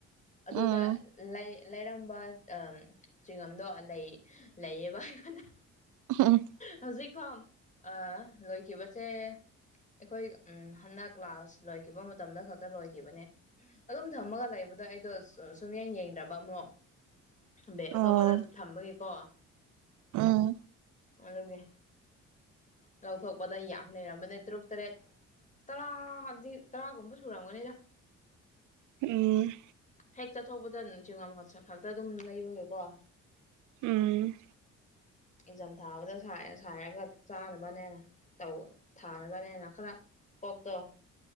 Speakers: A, on the left; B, on the right.
A: ꯑꯗꯨꯒ
B: ꯎꯝ
A: ꯂꯩ ꯂꯩꯔꯝꯕ ꯆꯤꯡꯉꯝꯗꯣ ꯂꯩ ꯂꯩꯌꯦꯕ ꯑꯩꯉꯣꯟꯗ
B: ꯎꯝ
A: ꯍꯧꯖꯤꯛ ꯐꯥꯎ ꯑ ꯂꯣꯏꯈꯤꯕꯁꯦ ꯑꯩꯈꯣꯏ ꯍꯟꯗꯛ ꯀ꯭ꯂꯥꯁ ꯂꯣꯏꯈꯤꯕ ꯃꯇꯝꯗ ꯈꯛꯇ ꯂꯣꯏꯈꯤꯕꯅꯦ ꯑꯗꯨꯝ ꯊꯝꯃꯒ ꯂꯩꯕꯗꯣ ꯑꯩꯗꯣ ꯁꯨꯝꯌꯥꯡ ꯌꯦꯡꯗ꯭ꯔꯕ ꯑꯃꯨꯛ ꯑꯗꯩ
B: ꯎꯝ
A: ꯑꯇꯣꯞꯄꯗ ꯊꯝꯕꯒꯤꯀꯣ
B: ꯎꯝ
A: ꯑꯗꯨꯒꯤ ꯂꯧꯊꯣꯛꯄꯗ ꯌꯥꯝ ꯂꯩꯔꯝꯕꯅꯦ ꯇꯔꯨꯛ ꯇꯔꯦꯠ ꯇꯔꯥ ꯍꯥꯏꯕꯗꯤ ꯇꯔꯥꯒꯨꯝꯕ ꯁꯨꯔꯝꯒꯅꯤꯗ
B: ꯎꯝ
A: ꯍꯦꯛ ꯆꯠꯊꯣꯛꯧꯕꯗ ꯆꯤꯡꯉꯝ ꯈꯛꯇ ꯑꯗꯨꯝ ꯂꯩꯕꯒꯦꯀꯣ
B: ꯎꯝ
A: ꯏꯟꯖꯝ ꯊꯥꯕꯗ ꯁꯥꯏꯔꯒ ꯆꯥꯅꯕꯅꯦꯅꯧ ꯊꯥꯅꯕꯅꯦꯅ ꯈꯔ ꯀꯣꯛ ꯇꯣ